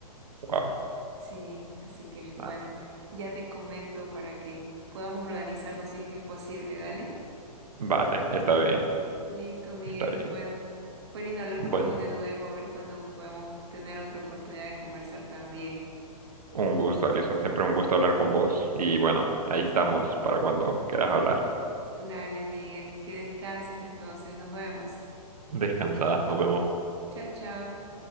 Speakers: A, on the right (about 70°); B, on the right (about 45°).
A: Wow.
B: Sí, así que bueno,
A: Ah,
B: ya te comento para que podamos organizarnos si es que es posible, dale.
A: vale, está bien,
B: Listo, Miguel.
A: está bien.
B: Bueno, fue lindo hablar
A: Bueno,
B: con vos de nuevo, a ver cuándo podemos tener otra oportunidad de conversar también.
A: un gusto, Alison. Siempre un gusto hablar con vos. Y bueno, ahí estamos para cuando quieras hablar.
B: Dale, Miguel, que descanses entonces, nos vemos.
A: Descansada, nos vemos.
B: Chao, chao.